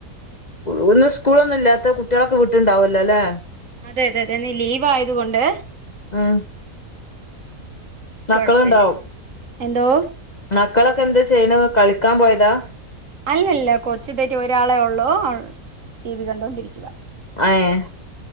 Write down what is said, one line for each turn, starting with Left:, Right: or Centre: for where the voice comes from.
Left: സ്കുൾ ഇന്ന് സ്കൂളൊന്നും ഇല്ലാത്ത കുട്ടികളൊക്കെ വിട്ടില് ഉണ്ടാവല്ലോ ലേ
Right: അതെ അതെ അതെ ഇന്ന് ലീവായത് കൊണ്ട്
Left: ആഹ് മക്കള്
Right: കൊഴപ്പല്ല
Left: ഉണ്ടാവും
Right: എന്തോ
Left: മക്കളൊക്കെ എന്താ ചെയ്യണെ കളിക്കാൻ പോയതാ
Right: അല്ല അല്ല കൊച്ച് ദേ ആയിറ്റ് ഒരാളെ ഉള്ളൂ ടിവി കണ്ടോണ്ടിരിക്കുവാ
Left: ഏഹ്